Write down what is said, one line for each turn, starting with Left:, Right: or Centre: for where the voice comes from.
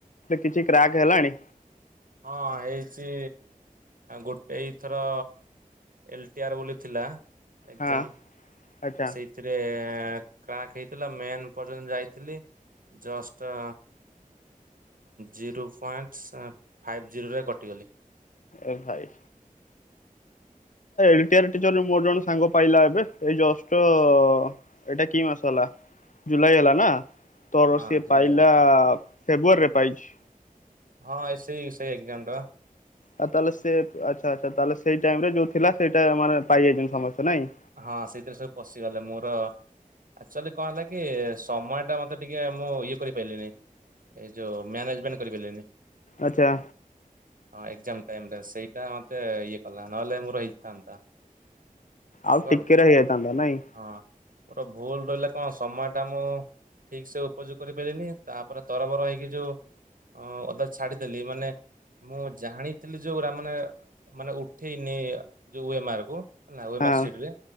Left: କିଛି କ୍ରାକ୍ ହେଲାଣି?
Right: ହଁ ହେଇଛି ଗୋଟେ ଏଇଥର ଲଟିଆର ବୋଲି ଥିଲା ଏଗଜ୍ମା
Left: ହଁ ଆଚ୍ଛା
Right: ସେ ସେଥିରେ କ୍ରାକ୍ ହେଇଥିଲା ମେନ୍ ପର୍ଯ୍ୟନ୍ତ ଯାଇଥିଲି ଜଷ୍ଟ ଜିରୋ ପଏଣ୍ଟ ଫାଇଭ୍ ଜିରୋରେ କଟିଗଲି।
Left: ଏ ଭାଇ। ଲଟିଆର ଟିଚର ମୋର ଜଣେ ସାଙ୍ଗ ପାଇଲା ଏବେ ଏଇ ଜଷ୍ଟ ଏଇଟା କି ମସହେଲା। ଜୁଲାଇ ହେଲା ନା ତୋର
Right: ହଁ
Left: ସିଏ
Right: ଜୁଲାଇ
Left: ପାଇଲା
Right: ହବ।
Left: ଫେବୃଆରୀରେ ପାଇଛି।
Right: ହଁ ଏ ସେଇ ସେଇ ଏଗଜ୍ମା ଟା ବା।
Left: ଆଉ ତାହଲେ ସେ ଆଚ୍ଛା ଆଚ୍ଛା ତାହେଲେ ସେଇ ଟାଇମ ରେ ଯୋଉ ଥିଲା ସେଇଟା ମାନେ ପାଇଯାଇଛନ୍ତି ସମସ୍ତେ ନାଇଁ।
Right: ହଁ ସେଇଥିରେ ସବୁ ପଶିଗଲେ ମୋର ଆକ୍ଚୁଆଲି କଣ ହେଲା କି ସମୟ ଟା ମତେ ଟିକେ ମୁଁ ଇଏ କରିପାରଲିିନି। ଏଇ ଯୋଉ ମ୍ୟାନେଜମେଣ୍ଟ କରିପାରିଲେନି।
Left: ଅଚ୍ଛା।
Right: ହଁ ଏଗଜ୍ମା ଟାଇମ ରେ ସେଇଟା ମତେ ଇଏ କଲା ନହେଲେ ମୋର ହେଇଥାନ୍ତା।
Left: ଆଉ
Right: ମୋ ବା
Left: ଟିକେ ରେ ହେଇଯାଇଥାନ୍ତା ନାଇଁ।
Right: ହଁ ମୋର ଭୁଲ ରହିଲା କଣ ସମୟ ଟା ମୁଁ ଠିକ ସେ ଉପଯୋଗ କରିପାରିଲିନି ତାପରେ ତରବର ହେଇକି ଯୋଉ। ହଁ ଅଦା ଛାଡିଦେଲି ମାନେ ମୁଁ ଜାଣିଥିଲି ଯୋଉ ମାନେ ମାନେ ଉଠେଇନି ଯୋଉ ଏମାରକୁ। ନାଓ ୱଏ
Left: ହଁ
Right: ମାର୍ ସିଟେ